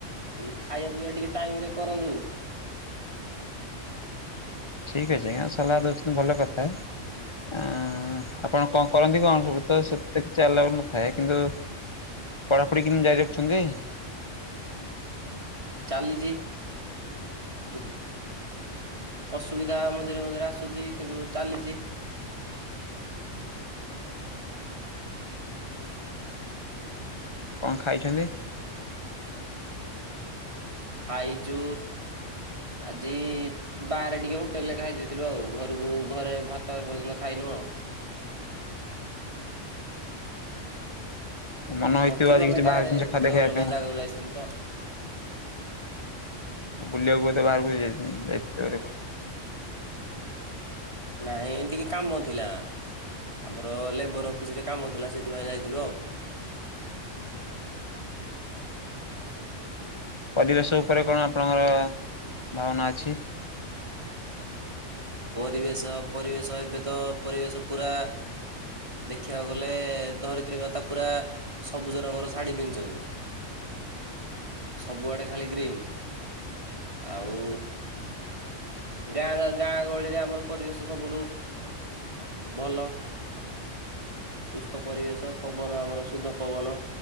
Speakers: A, on the right (about 25°); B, on the left (about 25°).
A: ଏଇ ଖାଇବା ପିଇବା ଟିକେ ଟାଇମ୍ ରେ କରନ୍ତୁ।
B: ଠିକ୍ ଅଛି ଆଜ୍ଞା, ସଲାହ ଦେଉଛନ୍ତି ଭଲ କଥା ଆଁ ଆପଣ କଣ କରନ୍ତି କଣ ସବୁ ତ ସେ <unintelligible> ଆଲାଉ ନଥାଏ, କିନ୍ତୁ ପଢାପଢି <unintelligible> ଜାରି ରଖିଚନ୍ତି?
A: ଚାଲିଚି ଦୁଃ ଅସୁବିଧା ମଝିରେ-ମଝିରେ ଆସୁଚି କିନ୍ତୁ ଚାଲିଚି।
B: କଣ ଖାଇଛନ୍ତି?
A: ଖାଇଚୁ ଆଜି ବାହାରେ ଟିକେ ହୋଟେଲ୍ ରେ ଖାଇ ଦେଇଥିଲୁ, ଆଉ ଘରକୁ ଘରେ ଭାତ ଏପର୍ଯ୍ୟନ୍ତ ଖାଇନୁ ଆଉ।
B: ମନ ହେଇଥିବ
A: ନଥିଲୁ
B: ଆଜି
A: ଆମେ
B: କିଛି
A: ଗାଁରେ
B: ବାହାରେ ଜିନିଷ ଖାଦ୍ୟ
A: ଗୋଟେ
B: ଖାଇବା
A: ଅଲଗା ଜାଗାକୁ
B: ପାଇଁ।
A: ଯାଇଥିଲୁ ତ
B: ବୁଲିଆକୁ ବୋଧେ ବାହାରକୁ <inaudible>
A: ନାଇଁ ଏଇ ଟିକେ କାମ ଥିଲା ଆମର ଲେବର ଅଫିସରେ କାମ ଥିଲା, ସେଥିପାଇଁ ଯାଇଥିଲୁ ଆଉ।
B: ପରିବେଶ ଉପରେ କଣ ଆପଣଙ୍କର ଭାବନା ଅଛି?
A: ପରିବେଶ-ପରିବେଶ ଏବେ ତ ପରିବେଶ ପୁରା ଦେଖିବାକୁ ଗଲେ ଧରିତ୍ରୀ ମାତା ପୁରା ସବୁଜ ରଙ୍ଗର ଶାଢ଼ୀ ପିନ୍ଧିଚନ୍ତି। ସବୁଆଡେ ଖାଲି ଗ୍ରୀନ୍, ଆଉ ଗାଁ-ଗାଁ ଗହଳିରେ ଆମର ପରିବେଶ ସବୁଠୁ ଭଲ। ସୁସ୍ଥ ପରିବେଶ, ପବନ ଆମର ଶୁଦ୍ଧ ପବନ,